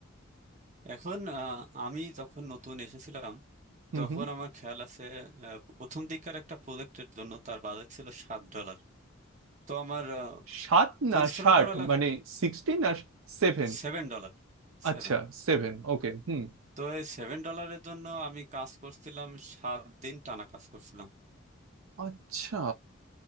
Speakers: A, on the right; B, on the right.
A: এখন আহ, আমি যখন নতুন এসেছিলাম
B: হুম
A: তখন
B: হুম
A: আমার খেয়াল আছে আহ, প্রথম দিককার একটা প্রজেক্টের জন্য তার বাজেট ছিল সাত ডলার তো আমার আহ,
B: সাত
A: পরিশ্রম
B: না ষাট
A: করা লাগ
B: মানে সিক্সটি না সেভেন
A: সেভেন ডলার সেভেন
B: আচ্ছা Seven okay হুম
A: তো এই সেভেন ডলারের জন্য আমি কাজ করছিলাম সাত দিন টানা কাজ করছিলাম
B: আচ্ছা